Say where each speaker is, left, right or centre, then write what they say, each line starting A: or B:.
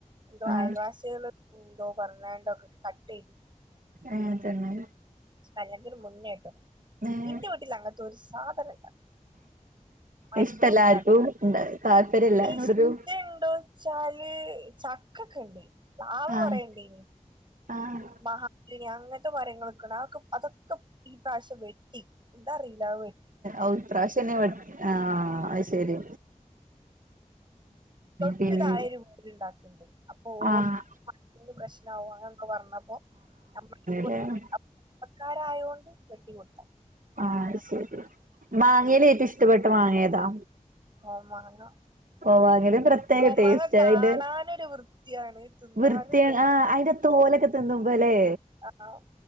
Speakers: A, on the right; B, on the right.
A: എന്തോ
B: ആഹ്
A: അയൽവാസെൾ എന്തോ പർണാണ്ട് ഒക്കെ കട്ട് ചെയ്തു.
B: ഏഹ് തെന്നെ?
A: കല്യാണ്ത്തിന് മുന്നെട്ടോ.
B: ഏഹ്
A: ഇന്റെ വീട്ടിൽ അങ്ങത്തെ ഒര് സാധനം ഇല്ല <unintelligible>
B: ഇഷ്ടല്ല ആർക്കും താല്പര്യല്ല
A: ഇഷ്ടം
B: എന്നോടൊരു
A: ഇണ്ടോ ച്ചാല് ചക്ക ഒക്കെ ഇണ്ട് പാവ്ല്
B: ആഹ്
A: കൊറെ ഇണ്ടെയ്നി
B: ആഹ്
A: മഹാഗണി അങ്ങൻത്തെ മരങ്ങളൊക്കെ ഇണ്ട്. അയൊക്കെ അതൊക്കെ ഇപ്രാവശ്യം വെട്ടി. എന്താ അറീലാ അഹ് വെ
B: ഔ ഇപ്രാവശ്യം എന്നെം വെട് ആഹ് അഹ് ശരി.
A: തൊട്ട്
B: പിന്നെ
A: താഴെ അയിന്റെ മുമ്പ്ൽ ഇണ്ടാക്ക്ണ്ട് അപ്പ ഓൽക്ക്
B: ആഹ്
A: <unintelligible> പ്രശ്നവൊ അങ്ങനെ എന്തോ പറഞ്ഞപ്പോ നമ്മളെക്ക് <unintelligible>
B: ഏഹ്
A: കുടുംബക്കാരായോണ്ട് വെട്ടിക്കൊട്ത്താ.
B: ആഹ് അഹ് ശരി മാങ്ങെൽ ഏറ്റവും ഇഷ്ടപ്പെട്ട മാങ്ങ ഏതാ?
A: കോമാങ്ങാ.
B: കോവാങ്ങേല് പ്രത്യേക
A: കോമാങ്ങ
B: ടേസ്റ്റ്
A: കാണാനൊരു
B: അതിന്റെ
A: വൃത്തിയാണ് തിന്നാനും
B: വൃത്തി
A: രസ
B: ആഹ് അയിന്റെ തോൽ ഒക്കെ തിന്നുമ്പം ലെ?
A: രസാണ്